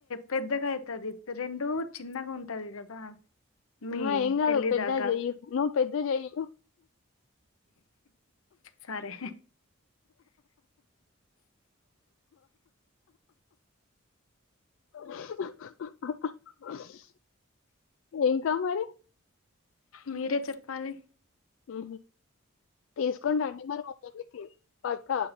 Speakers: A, on the left; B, on the left.
A: పెద్దగాయతది ఇత్ రెండు చిన్నగ ఉంటది కదా మీ
B: హా ఎంగాదు
A: పెళ్ళి
B: పెద్దగ
A: దాకా
B: జెయ్యకు నువ్వు పెద్ద జేయ్
A: సరే
B: <unintelligible> ఏంకా మరి
A: మీరే చెప్పాలి
B: ఉ తీసుకోండి మరి ఏమై అందుకే పక్క